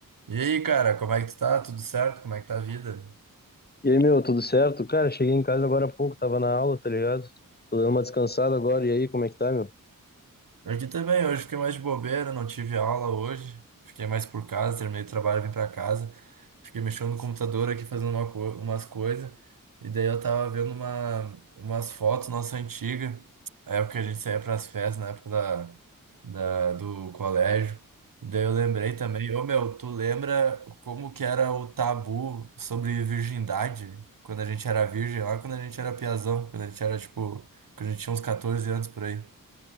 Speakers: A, on the right (about 75°); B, on the left (about 30°).
A: E aí, cara, como é que tu tá? Tudo certo? Como é que tá a vida?
B: E aí, meu, tudo certo? Cara, cheguei em casa agora há pouco, tava na aula, tá ligado? Tô dando uma descansada agora, e aí, como é que tá, meu?
A: aqui também, hoje fiquei mais de bobeira, não tive aula hoje. Fiquei mais por casa, terminei o trabalho, vim pra casa. Fiquei mexendo no computador aqui, fazendo uma co- umas coisas. E daí eu tava vendo uma, umas fotos nossa antiga, a época que a gente saía pras festas, na época da, da, do colégio. E daí eu lembrei também, ô meu, tu lembra como que era o tabu sobre virgindade? Quando a gente era virgem, lá quando a gente era piazão, quando a gente era tipo, quando a gente tinha uns 14 anos por aí.